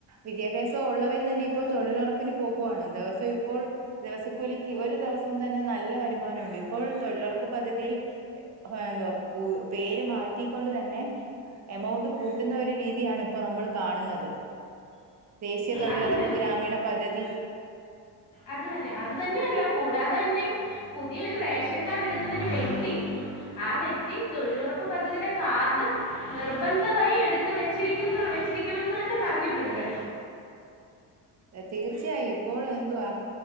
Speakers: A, on the right; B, on the left.
A: വിദ്യാഭ്യാസം ഒള്ളവര് തന്നെ ഇപ്പോ തൊഴിലൊറപ്പിന് പോകുവാണ് ദിവസം പ്പോൾ ദിവസക്കൂലിക്ക് ഒരു ദിവസം തന്നെ നല്ല വരുമാനണ്ട് ഇപ്പോൾ തൊഴിലൊറപ്പ് പദ്ധതിയിൽ എന്തുവാ പു പേര് മാറ്റിക്കൊണ്ട് തന്നെ എമൗണ്ട് കൂട്ടുന്ന ഒരു രീതിയാണ് ഇപ്പോ നമ്മൾ കാണുന്നത്. ദേശീയ തൊഴിലുറപ്പ്
B: അത് തന്നെ
A: ഗ്രാമീണ പദ്ധതി.
B: അത് തന്നെ അത് തന്നെയല്ലാ കൂടാതെ തന്നെ പുതിയ ഒരു റേഷൻ കാർഡ് എടുക്കുന്ന ഒരു വ്യക്തി. ആഹ് വ്യക്തി തൊഴിലുറപ്പ് പദ്ധതിയുടെ കാർഡ്. നിർബന്ധമായി എടുത്തു വെച്ചിരിക്കുന്നു വെച്ചിരിക്കണംന്ന് തന്നെ പറഞ്ഞിട്ടുണ്ട്.
A: തീർച്ചയായും ഇപ്പോഴും എന്തുവാ.